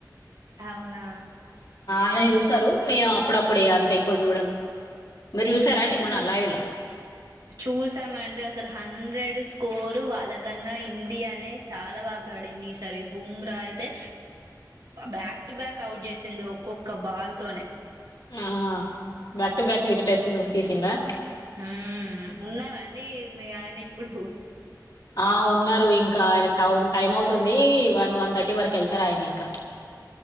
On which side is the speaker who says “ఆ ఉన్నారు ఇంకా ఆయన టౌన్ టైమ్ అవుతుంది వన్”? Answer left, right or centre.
Left